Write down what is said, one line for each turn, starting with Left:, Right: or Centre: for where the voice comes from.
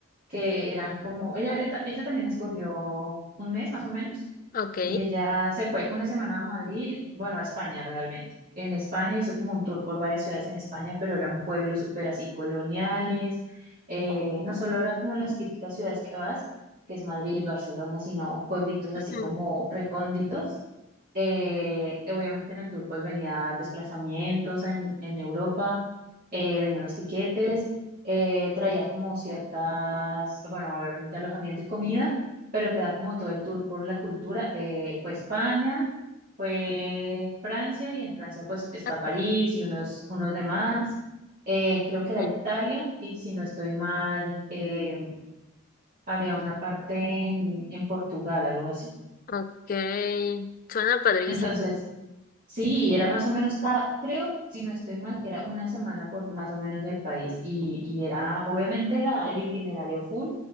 Right: que eran como, ella, ella también escogió un mes más o menos
Left: Ok.
Right: y ella se fue una semana a Madrid, bueno, a España realmente. En España hizo como un tour por varias ciudades en España, pero eran pueblos súper así coloniales. Eh, no solo era como las típicas ciudades que vas, que es Madrid, Barcelona, sino pueblitos así
Left: Ujú.
Right: como recónditos. Eh, obviamente en el tour pues venía desplazamientos en, en Europa, eh, venían los tiquetes, eh, traía como ciertas, bueno, obviamente alojamiento y comida pero te da como todo el tour por la cultura. Eh, fue España, fue Francia y en Francia pues está
Left: Ah,
Right: París y unos, unos demás. Eh, creo que era
Left: sí.
Right: Italia y si no estoy mal, eh, había una parte en, en Portugal, algo así.
Left: Ok, suena padrísimo.
Right: Entonces, Sí, era más o menos cada, creo, si no estoy mal, que era una semana por más o menos del país. Y, y era obviamente la, el itinerario full,